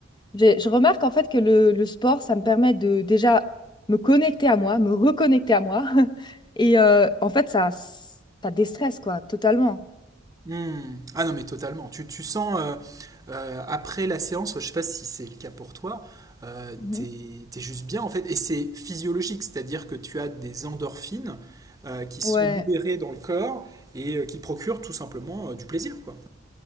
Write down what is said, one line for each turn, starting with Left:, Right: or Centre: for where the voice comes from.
Left: J'ai- Je remarque en fait que le, le sport, ça me permet de déjà me connecter à moi, me reconnecter à moi. <laughs> Et euh, en fait, ça, ça déstresse, quoi, totalement.
Right: Hmm. Ah non, mais totalement. Tu, tu sens, euh, euh, après la séance, je sais pas si c'est le cas pour toi, euh,
Left: Mhm.
Right: t'es, t'es juste bien en fait. Et c'est physiologique, c'est-à-dire que tu as des endorphines euh, qui sont
Left: Ouais,
Right: libérées dans le corps et euh, qui procurent tout simplement euh, du plaisir, quoi.